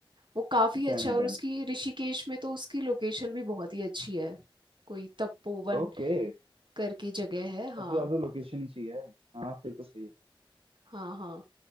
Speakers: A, on the right; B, on the right.
A: वो काफी अच्छा
B: डन है
A: है। और
B: डन
A: उसकी ऋषिकेश में तो उसकी लोकेशन भी बहुत ही अच्छी है कोई तपोवन
B: है ओके
A: करके जगह है
B: सबसे
A: हाँ
B: ज्यादा लोकेशन ही चाहिए हाँ फिर तो सही है
A: हाँ हाँ